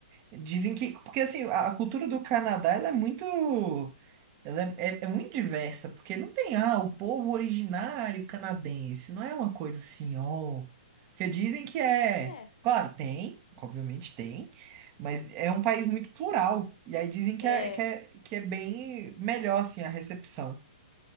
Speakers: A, on the right; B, on the left.
A: Dizem que, porque assim, a a cultura do Canadá ela é muito Ela é, é- é muito diversa, porque não tem, ah, o povo originário canadense, não é uma coisa assim, ó. Porque dizem que é.
B: É,
A: Claro, tem, obviamente tem, mas é um país muito plural. E aí dizem que
B: é,
A: é, que
B: é,
A: é, que é bem melhor, assim, a recepção.